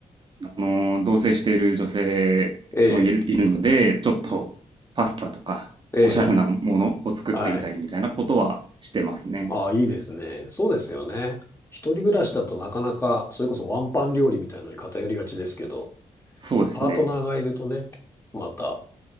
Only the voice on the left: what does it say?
ええ、
ええ、
はい。ああ、いいですね。そうですよね。一人暮らしだとなかなか、それこそワンパン料理みたいなのに偏りがちですけど、
パートナーがいるとね、また、